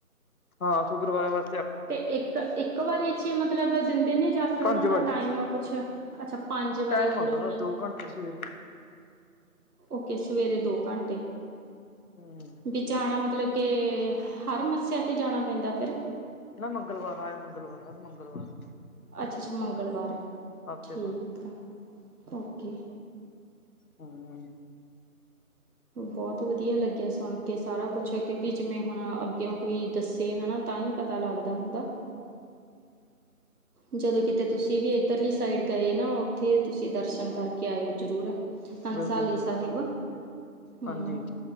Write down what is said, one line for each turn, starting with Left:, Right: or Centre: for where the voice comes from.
Left: ਹਾਂ, ਸੁਗਰ ਵਾਲਿਆਂ ਵਾ
Right: ਤੇ ਇੱਕ-ਇੱਕ ਵਾਰੀ ਚ ਮਤਲਬ ਦਿੰਦੇ ਨੇ ਜਾਂ ਫਿਰ
Left: ਪੰਜ
Right: ਉਹਨਾਂ ਦਾ
Left: ਵਾਰੀ
Right: ਟਾਈਮ ਆ ਕੁੱਛ ਅੱਛਾ, ਪੰਜ ਵਾਰੀ
Left: ਟਾਈਮ
Right: ਮਤਲਬ
Left: ਆ ਉਹਨਾਂ ਦਾ ਦੋ ਘੰਟੇ ਸਵੇਰੇ
Right: ਓਕੇ ਸਵੇਰੇ ਦੋ ਘੰਟੇ।
Left: ਹੂੰ।
Right: ਵੀ ਜਾਣਾ ਮਤਲਬ ਕੇ, ਹਰ ਮੱਸਿਆਂ ਤੇ ਜਾਣਾ ਪੈਂਦਾ ਫੇਰ?
Left: ਨਾ ਮੰਗਲਵਾਰ ਆਏ ਮੰਗਲਵਾਰ, ਹਰ ਮੰਗਲਵਾਰ।
Right: ਅੱਛਾ-ਅੱਛਾ ਮੰਗਲਵਾਰ
Left: ਹਫ਼ਤੇ
Right: ਠੀਕ
Left: ਬਾਅਦ
Right: ਐ, ਓਕੇ।
Left: ਹੂੰਹ
Right: ਬੋਤ ਵਧੀਆ ਲੱਗਿਆ ਸੁਣ ਕੇ ਸਾਰਾ ਕੁੱਛ, ਕਿਉਂਕਿ ਜਿਵੇਂ ਹੁਣ ਅੱਗੇ ਓ- ਕੋਈ ਦੱਸੇ ਹੈਨਾ, ਤਾਂ ਹੀ ਪਤਾ ਲੱਗਦਾ ਹੁੰਦਾ। ਜਦੋਂ ਕਿਤੇ ਤੁਸੀਂ ਵੀ ਇੱਧਰਲੀ ਸਾਈਡ ਗਏ ਨਾ, ਉੱਥੇ ਤੁਸੀਂ ਦਰਸ਼ਨ ਕਰਕੇ ਆਏਓ ਜ਼ਰੂਰ। ਹੰਸਾਲੀ
Left: ਬਿਲਕੁਲ ਜੀ ਬਿਲਕੁਲ
Right: ਸਾਹਿਬ, ਹੂੰ।
Left: ਹਾਂਜੀ